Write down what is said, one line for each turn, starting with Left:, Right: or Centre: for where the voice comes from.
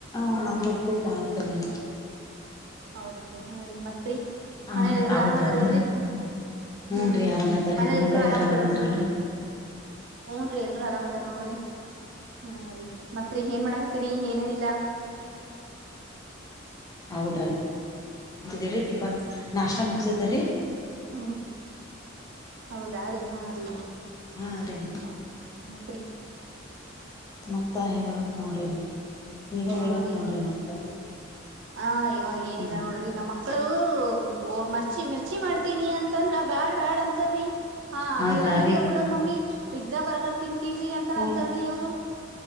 Left: ಹ ನಮ್ದು ಉಪ್ಪಿಟ್ಟ ಆಯ್ತ್ ರಿ
Right: ಹೌದಾ ರೀ ಹಾ ರೀ ಮತ್ರಿ
Left: ಹಾ
Right: ಮನೇಲೆಲ್ರೂ
Left: ರೀ ಹೌದ್ರ
Right: ಆರಾಮ್ ಅದಾರಲ್ರಿ
Left: ರೀ ಹೂನ್
Right: ಹ್ಮ್
Left: ರೀ ಆರಾಮ ಆಯ್ತಾರೀ
Right: ಮನೇಲೆಲ್ರು
Left: ನಿಮ್ ಕಡೆ
Right: ಆರಾಮದಾರಲ್ರಿ
Left: ಎಲ್ರ ಆರಾಮ ಐತಾರಲ್ರರಿ
Right: ಊನ್ ರೀ ಎಲ್ರು ಆರಾಮ್ ಅದಾರ ನೋಡ್ರಿ ಹಾ ರಿ ಮತ್ರಿ ಏನ್ ಮಾಡಕತಿರಿ ಏನು ಇಲ್ಲ
Left: ಹೌದ <unintelligible> ಟಿಫನ್ ನಾಷ್ಟ ಮುಗಸಿದೀರಿ
Right: ಹ್ಮ ಹೌದ ರೀ ಹಾ ರೀ
Left: ಹಾ ರೀ
Right: ಹ್ಮ್ ಮತ್ರೀ
Left: ಮತ್ತ ಹೇಳ್ಬಕ್ ನೋಡ್ರಿ ನೀವ ನೀವೇ
Right: ಹಾ
Left: ಹೇಳ್ಬಕ್
Right: ರೀ
Left: ನೋಡ್ರಿ ಮತ್ತ
Right: ಹ ಅಯ್ಯ ಏನಿಲ್ಲ
Left: ಹ್ಮ್
Right: ನೋಡ್ರಿ ನಮ್ಮ ಮಕ್ಕಳು ಮರ್ಚಿ ಮಿರ್ಚಿ ಮಾಡ್ತೀನಿ ಅಂತಂದ್ರ ಬ್ಯಾಡ್ ಬ್ಯಾಡ್ ಅಂತರಿ ಹಾ ಅದೇನ
Left: ಹೌದ್ರಾ
Right: ಇಲ್ಲ
Left: ರೀ
Right: ಬಿಡು ಮಮ್ಮಿ ಪಿಜ್ಜಾ ಬರ್ಗರ್ ತಿಂತೀವಿ ಅಂತ
Left: ಹ್ಮ
Right: ಅಂತಾರ್ರೀ ಅವ್ರು